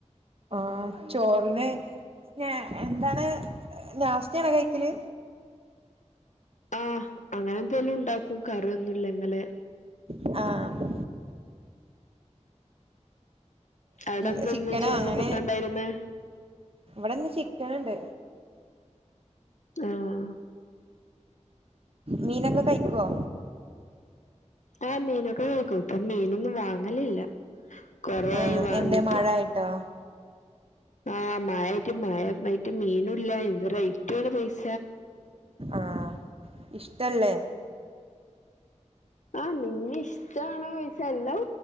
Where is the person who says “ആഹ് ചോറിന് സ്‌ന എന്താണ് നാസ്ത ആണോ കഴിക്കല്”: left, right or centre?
Right